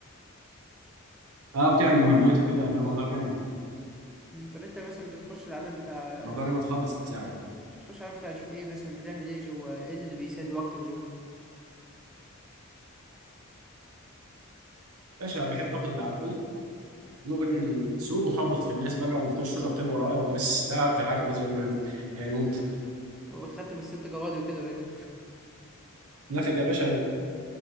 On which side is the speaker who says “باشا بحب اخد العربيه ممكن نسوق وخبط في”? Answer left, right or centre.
Right